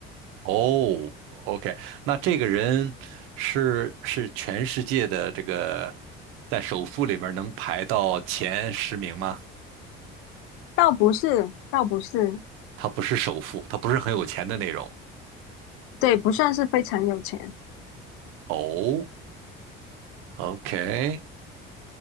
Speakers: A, on the right (about 80°); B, on the left (about 85°).
A: 哦，OK，那这个人是是全世界的这个在首富里面能排到前十名吗？
B: <laughs> 倒不是，倒不是，
A: 他不是首富，他不是很有钱的那种。
B: 对，不算是非常有钱，
A: 哦，OK，